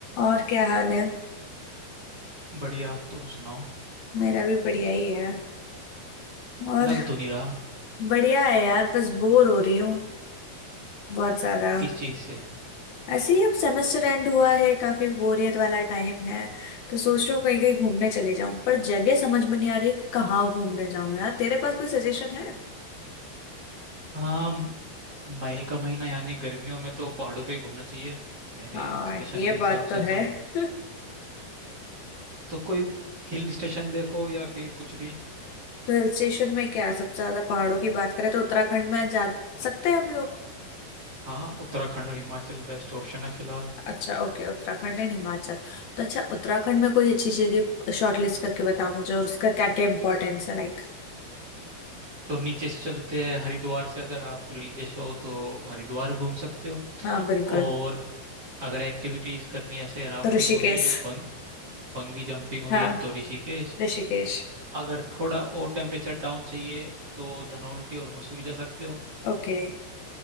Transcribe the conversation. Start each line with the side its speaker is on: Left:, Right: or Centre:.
Left: और क्या हाल है
Right: बढ़िया तुम सुनाओ
Left: मेरा भी बढ़िया ही है और
Right: लग तो नहीं रहा
Left: बढ़िया है यार बस बोर हो रही हूँ बहुत ज्यादा
Right: किस चीज से
Left: ऐसे ही अब सेमेस्टर एंड हुआ है काफी बोरियत वाला टाइम है तो सोच रही हूँ कहीं कहीं घूमने चले जाऊं पर जगह समझ में नहीं आ रही कि कहाँ घूमने जाऊं यार तेरे पास कोई सजेशन है
Right: हाँ मई का महीना यानी गर्मियों में तो पहाड़ों पे ही घूमना चाहिए मेरे
Left: हाँ
Right: सजेशन
Left: ये
Right: के हिसाब
Left: बात तो
Right: से तो
Left: है <laughs>
Right: तो कोई हिल स्टेशन देखो या फिर कुछ भी
Left: तो हिल स्टेशन में क्या सबसे ज्यादा पहाड़ों की बात करें तो उत्तराखंड में जा सकते हैं हम लोग
Right: हाँ उत्तराखंड और हिमाचल बेस्ट ऑप्शन है फिलहाल
Left: अच्छा ओके उत्तराखंड एंड हिमाचल तो अच्छा उत्तराखंड में कोई अच्छी जगह शॉर्टलिस्ट करके बताओ मुझे और उसका क्या क्या इम्पोर्टेंस है लाइक
Right: तो नीचे से चलते हैं हरिद्वार से अगर आप रिलीजियस हो तो हरिद्वार घूम सकते हो
Left: हाँ बिल्कुल
Right: और अगर एक्टिविटीज करनी है, जैसे राफ्टिंग
Left: तो ऋषिकेश
Right: हुई बंग बंगी जंपिंग हुई
Left: हाँ
Right: तो ऋषिकेश
Left: ऋषिकेश
Right: अगर थोड़ा और टेम्परेचर डाउन चाहिए तो धनौल्टी और मसूरी जा सकते हो
Left: ओके